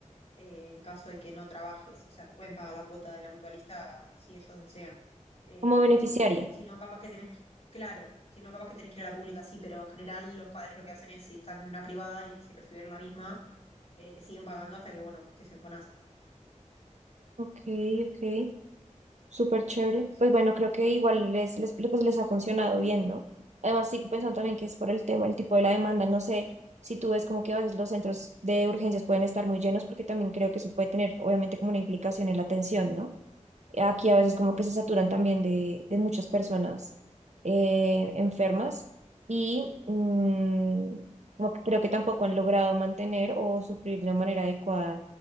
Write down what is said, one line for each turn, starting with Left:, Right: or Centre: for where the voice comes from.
Left: eh, en caso de que no trabajes. O sea, te pueden pagar la cuota de la mutualista si ellos desean. Eh,
Right: como beneficiaria.
Left: si no, capaz que tenés, que- claro, si no, capaz que tenés que ir a la pública, sí, pero en general los padres lo que hacen es, si están en una privada y siempre estuvieron en la misma, eh, te siguen pagando hasta que, bueno, que estés en FONASA.
Right: Ok, ok, súper chévere.
Left: Sí, sí.
Right: Pues bueno,
Left: sí.
Right: creo que igual les, les, pues les ha funcionado bien, ¿no? Además, sigo pensando también que es por el tema, el tipo de la demanda. No sé si tú ves como que a veces los centros de urgencias pueden estar muy llenos, porque también creo que eso puede tener, obviamente, como una implicación en la atención, ¿no? Aquí a veces como que se saturan también de, de muchas personas eh, enfermas y mm, como que creo que tampoco han logrado mantener o suplir de una manera adecuada